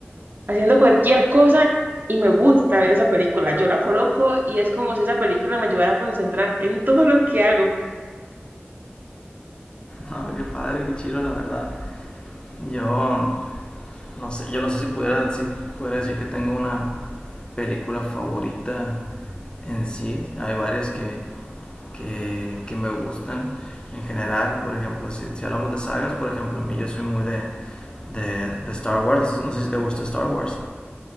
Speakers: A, on the right; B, on the left.
A: haciendo cualquier cosa y me gusta ver esa película. Yo la coloco y es como si esa película me ayudara a concentrar en todo lo que hago.
B: No, qué padre, qué chido, la verdad. Yo no sé, yo no sé si pudiera, si pudiera decir que tengo una película favorita en sí. Hay varias que, que, que me gustan en general. Por ejemplo, si, si, hablamos de sagas, por ejemplo, a mí yo soy muy de, de, de Star Wars. No sé si te gusta Star Wars.